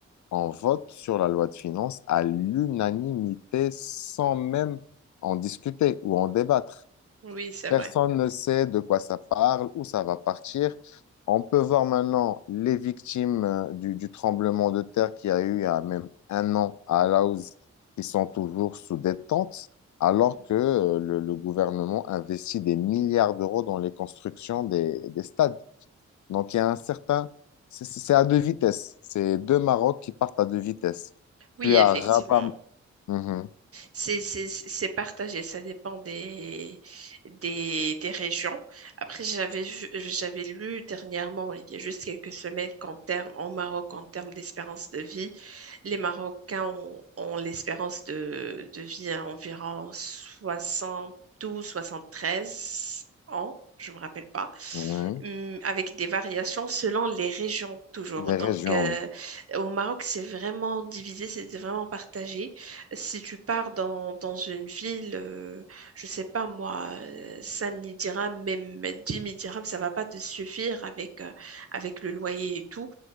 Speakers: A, on the left (about 70°); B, on the right (about 50°).
A: on vote sur la loi de finances à l'unanimité sans même en discuter ou en débattre.
B: Oui, c'est
A: Personne
B: vrai.
A: ne sait de quoi ça parle, où ça va partir. On peut voir maintenant les victimes euh, du, du tremblement de terre qui a eu il y a même un an à Alaouz qui sont toujours sous détente, alors
B: Mhm.
A: que euh, le, le gouvernement investit des milliards d'euros dans les constructions des, des stades. Donc il y a un certain... C'est c'est- c'est à deux vitesses. C'est deux Maroc qui partent à deux vitesses.
B: Oui,
A: Tu
B: effectivement.
A: as Rabat... Mhm,
B: C'est c'est- c'est partagé, ça dépend des, des, des régions. Après, j'avais vu- j'avais lu dernièrement, il y a juste quelques semaines, qu'en termes, au Maroc, en termes d'espérance de vie, les Marocains ont, ont l'espérance de, de vie à environ soixante treize ans, je me rappelle pas,
A: mhm.
B: Hum, avec des variations selon les régions toujours.
A: Des
B: Donc,
A: régions,
B: euh,
A: oui.
B: au Maroc, c'est vraiment divisé, c'est vraiment partagé. Si tu pars dans, dans une ville, euh, je sais pas moi, euh, 5 000 dirhams, même 10 000 dirhams, ça va pas te suffire avec, euh, avec le loyer et tout.